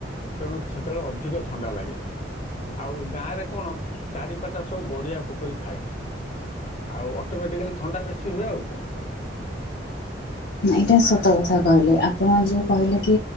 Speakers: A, on the left; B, on the left.
A: ତେଣୁ ସେତେବେଳେ ଅଧିକ ଥଣ୍ଡା ଲାଗେ ଆଉ ଗାଁ ରେ କଣ ଚାରିପାଖ ସବୁ ଗଢିଆ ପୋଖରୀ ଥାଏ ଆଉ ଅଟୋମେଟିକାଲି ଥଣ୍ଡା ବେଶୀ ହୁଏ ଆଉ କଣ
B: ଏଇଟା ସତ କଥା କହିଲେ ଆପଣ ଯୋଉ କହିଲେ କି